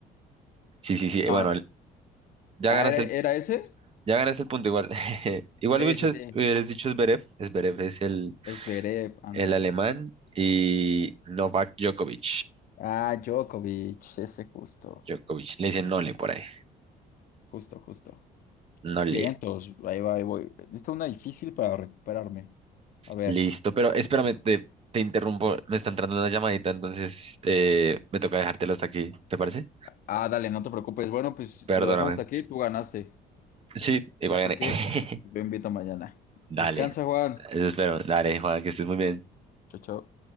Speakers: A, on the right; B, on the left.
A: Sí, sí, sí.
B: No,
A: Bueno, el- ya
B: ah,
A: ganas
B: ¿era,
A: el,
B: era ese?
A: ya ganas el punto igual. <laughs> Igual
B: Sí,
A: hubieras
B: sí, sí.
A: hubieras dicho Zverev. Zverev es el,
B: Es Zverev, ándale.
A: el alemán y Novak Djokovic.
B: Ah, Djokovic, ese justo.
A: Djokovic. Le dicen Nole por ahí.
B: Justo, justo.
A: Nole.
B: Bien, todos, ahí va, ahí voy. Esta es una difícil para recuperarme. A ver.
A: Listo. Pero espérame, te, te interrumpo. Me está entrando una llamadita, entonces eh, me toca dejártelo hasta aquí. ¿Te parece?
B: Ah, dale, no te preocupes. Bueno, pues
A: Perdóname.
B: lo dejamos hasta aquí, tú ganaste.
A: Sí, igual
B: Así
A: gané.
B: que
A: <laughs>
B: yo invito mañana.
A: Dale.
B: Descansa, Juan.
A: Eso espero. Dale, Juan, que estés muy bien.
B: Chao, chao.